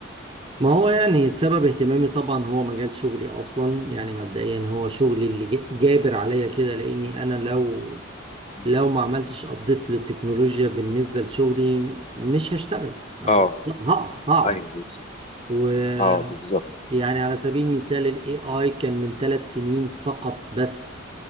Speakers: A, on the right; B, on the left.
A: ما هو يعني سبب اهتمامي طبعا هو مجال شغلي اصلا يعني مبدئيا هو شغلي اللي جا- جابر عليا كده لاني انا لو
B: مم.
A: لو ما عملتش ابديت للتكنولوجيا بالنسبه لشغلي مش هشتغل ه-
B: اه
A: هقف هقعد
B: ايوه بس
A: ويعني
B: اه بالظبط
A: على سبيل المثال الاي اي كان من ثلاث سنين فقط بس